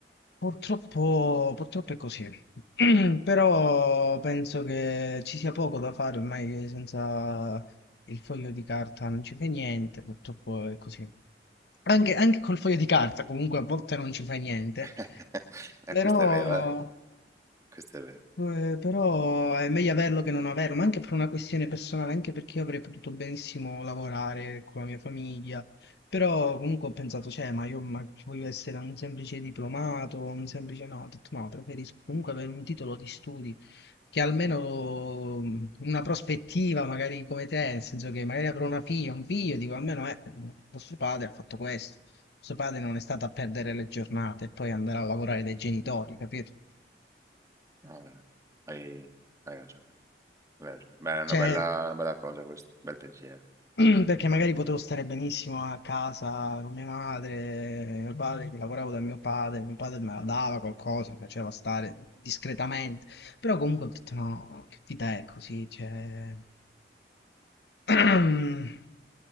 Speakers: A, on the left (about 70°); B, on the right (about 20°).
A: Purtroppo, purtroppo è così, <clears throat> però penso che ci sia poco da fare ormai senza il foglio di carta, non ci fai niente, purtroppo è così. Anche, anche col foglio di carta comunque a volte non ci fai niente,
B: <laughs> Eh,
A: però
B: questo è vero, eh? Questo è vero.
A: eh, però è meglio averlo che non averlo, ma anche per una questione personale, anche perché io avrei potuto benissimo lavorare con la mia famiglia. Però comunque ho pensato, cioè, ma io ma voglio essere un semplice diplomato, un semplice no, ho detto no, preferisco comunque avere un titolo di studi che almeno mm, una prospettiva, magari come te, nel senso che magari avrò una figlia, un figlio, dico almeno eh, vostro padre ha fatto questo, vostro padre non è stato a perdere le giornate e poi andare a lavorare dai genitori, capito?
B: No, eh, hai, hai ragione, hai ragione. Beh, è una
A: Cioè,
B: bella, una bella cosa questo, bel pensiero.
A: <clears throat> Perché magari potevo stare benissimo a casa con mia madre, mio padre, che lavoravo da mio padre, mio padre me la dava qualcosa, mi piaceva stare discretamente, però comunque ho detto no, che vita è così, cioè... <clears throat>